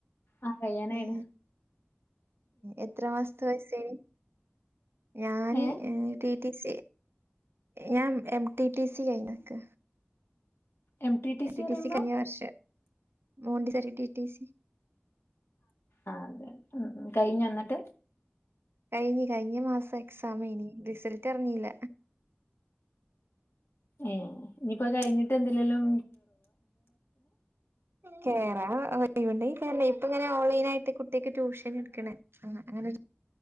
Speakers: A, on the left; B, on the right.
A: ആ കയ്യാനായിണ്
B: ഏ എത്ര മാസതെ പൈസയി ഞാൻ
A: ഏ
B: ടി ടി സി ഞാൻ എം ടി ടി സി കഴിഞ്ഞ ക്ക്
A: M T T
B: TT
A: പറയുമ്പോ
B: C കയ്ഞ്ഞ വർഷം മോണ്ടി സോറി ടി ടി സി
A: ആ കഴിഞ്ഞോ ന്നിട്ട്
B: കഴിഞ് കഴിഞ്ഞ മാസം എക്സാമെയ്നി റിസൾട്ട് അറിഞ്ഞില്ല
A: ഏ ഇനിപ്പോ കഴിഞ്ഞിട്ട് എന്തെലിലും
B: കേറണം എ ഒയിവ്ണ്ടെങ്കിൽ കേറ ണം ഇപ്പ ഇങ്ങനെ ഓൺലൈൻ ആയിട്ട് കുട്ടിക്ക് ട്യൂഷൻ എടുക്കണേ അങ്ങനെ